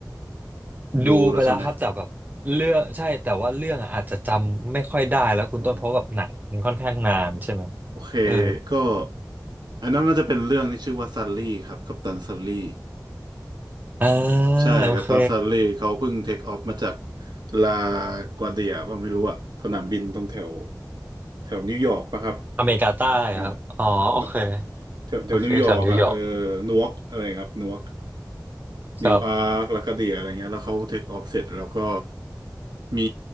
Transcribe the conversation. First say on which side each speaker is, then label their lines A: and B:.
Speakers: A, on the right (about 75°); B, on the right (about 25°).
A: ดูแล้วใช่ไหม
B: ดูไปแล้วครับแต่แบบเรื่องใช่แต่ว่าเรื่องอะอาจจะจำไม่ค่อยได้แล้วคุณต้นเพราะแบบหนังมันค่อนข้างนานใช่ไหม
A: อ๋อโอเค
B: เออ
A: ก็อันนั้นน่าจะเป็นเรื่องที่ชื่อว่าซันลี่ครับกัปตันซันลี่
B: อ่า
A: ใช่กัปตันซันลี่เขาเพิ่งเทคออฟมาจาก
B: โอเค
A: ลากวาเดียป่ะไม่รู้อะสนามบินตรงแถวแถวนิวยอร์กป่ะครับ
B: อเมริกาใต้อะครับอ๋อโอเค
A: เออมาแถวแถวนิวยอร์กอ่ะเออ
B: โอเคแถวนิวยอร์ก
A: นวกอะไรครับนวกนิวอาร์คลาคาเดียอะไรเงี้ยแล้วเขาเทคออฟเสร็จแล้วก็
B: ครับ
A: มี